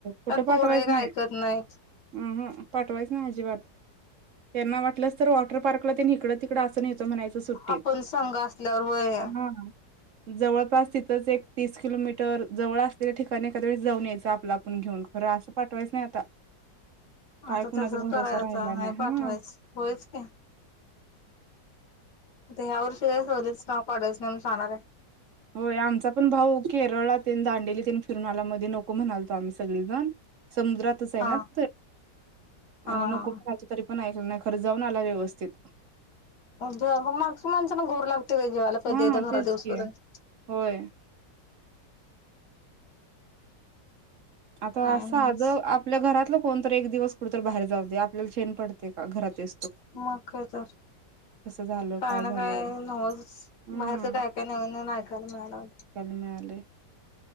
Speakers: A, on the right; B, on the left.
A: कुठं
B: पण
A: पाठवायच
B: पोरं एक
A: नाही
B: ऐकत नाहीत.
A: अहं पाठवायच ना माझी बात त्यांना वाटलंच तर वॉटर पार्कला त्यांनी इकडं तिकडं असं नेतो म्हणायचं. त सुट्टीत
B: आपण संघ असल्यावर होय.
A: हा जवळपास तिथंच एक तीस किलोमीटर जवळ असलेल्या ठिकाणी एखाद्या वेळेस जाऊन यायचं आपलं आपण घेऊन खरं अस पाठवायचं नाही आता काय
B: आता
A: कुणाचा
B: तसच
A: भरोसा
B: करायच
A: राहिला नाही
B: पाठवायच
A: हा
B: होयच की ह्या वर्षी काय सहलीचं नाव काढायचं नाही म्हणून सांगणार हाय.
A: होय आमचा पण भाऊ केरळात तिनं दांडेली तिन फिरून आला मध्ये नको म्हणालतो आम्ही सगळेजण समुद्रातच आहे
B: हा
A: ना ते
B: हा
A: आणि नको
B: हा
A: म्हणलं तरी पण ऐकलं नाही खरं जाऊन आला व्यवस्थित
B: अ मागच्या माणसाना घोर लाग जेवायला कधी
A: हा
B: एकदा घरात
A: तेच
B: येऊसपर्यंत
A: की होय आता
B: काय नव्हच
A: साधं आपल्या घरातलं कोन तर एक दिवस कुठ तर बाहेर जाऊ दे आपल्याला चेन पडते का घरात येई
B: मग काय तर
A: झालं
B: काय ना
A: झालं
B: काय नवचं
A: हम्म
B: बाहेरच काय काय नवीन नवीन ऐकायला मिळालं.
A: मिळालय